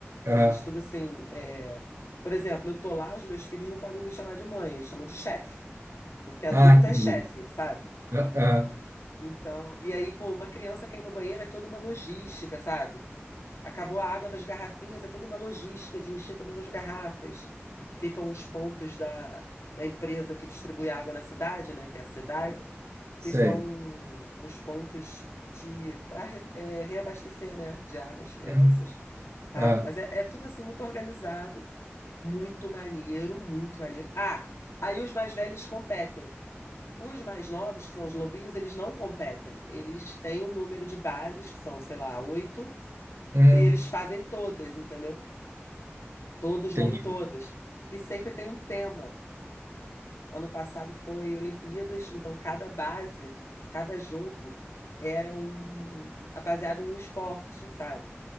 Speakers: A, on the right; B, on the left.
A: Aham.
B: Ele estuda assim, é... Por exemplo, eu tô lá, os meus filhos não podem me chamar de mãe, eles chamam de chefe, porque adulto
A: Ah, entendi.
B: é chefe, sabe?
A: Ah, ah.
B: Então, e aí, pô, uma criança cair no banheiro é toda uma logística, sabe? Acabou a água das garrafinhas, é toda uma logística de encher todas as garrafas. Ficam os pontos da, da empresa que distribui água na cidade, né, que é a SEDAI,
A: Sei.
B: ficam os pontos de para reabastecer, né, de água as crianças,
A: Uhum.
B: tal.
A: Ah.
B: Mas é, é tudo assim muito organizado, muito maneiro, muito maneiro. Ah, aí os mais velhos competem. Os mais novos, que são os lobinhos, eles não competem. Eles têm um número de bases, que são, sei lá, oito
A: Uhum.
B: e eles fazem todas, entendeu? Todos vão
A: Entendi.
B: em todas. E sempre tem um tema. Ano passado foi Olimpíadas, então cada base, cada jogo era um baseado em um esporte, sabe?